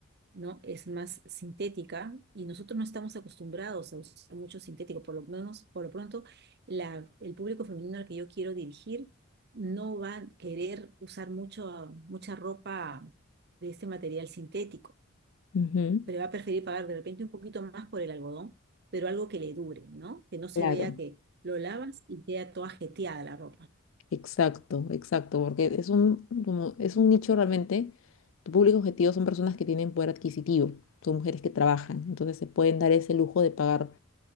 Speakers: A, on the right (about 50°); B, on the left (about 65°).
A: ¿no? Es más sintética y nosotros no estamos acostumbrados a usar mucho sintético. Por lo menos, por lo pronto, la, el público femenino al que yo quiero dirigir no va a querer usar mucho, mucha ropa de este material sintético,
B: ujú,
A: pero va a preferir pagar de repente un poquito más por el algodón, pero algo que le dure, ¿no? Que no se
B: Claro.
A: vea que lo lavas y queda toda jeteada la ropa.
B: Exacto, exacto, porque es un, como, es un nicho realmente, tu público objetivo son personas que tienen poder adquisitivo, son mujeres que trabajan, entonces se pueden dar ese lujo de pagar